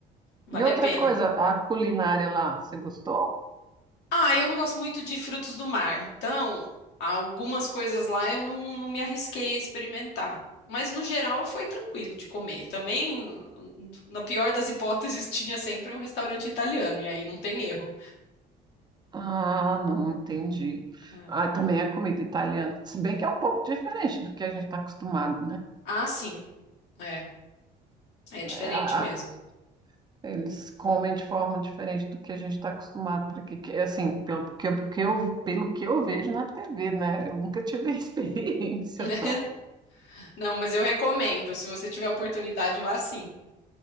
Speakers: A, on the left; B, on the right.
A: vale
B: E outra
A: a pena.
B: coisa, a culinária lá, você gostou?
A: Ah, eu não gosto muito de frutos do mar, então algumas coisas lá eu não, não me arrisquei a experimentar. Mas no geral foi tranquilo de comer. Também, na pior das hipóteses, <laughs> tinha sempre um restaurante italiano, e aí não tem erro.
B: Ah, não, entendi.
A: É.
B: Ah, também é comida italiana, se bem que é um pouco diferente do que a gente está acostumado, né?
A: Ah, sim, é. É
B: É,
A: diferente
B: a-
A: mesmo.
B: a- eles comem de forma diferente do que a gente está acostumado, porque que- assim, pelo que, eu- que eu, pelo que eu vejo na TV, né? Eu nunca tive <laughs> experiência,
A: <laughs>
B: não.
A: Não, mas eu recomendo. Se você tiver oportunidade, vá sim.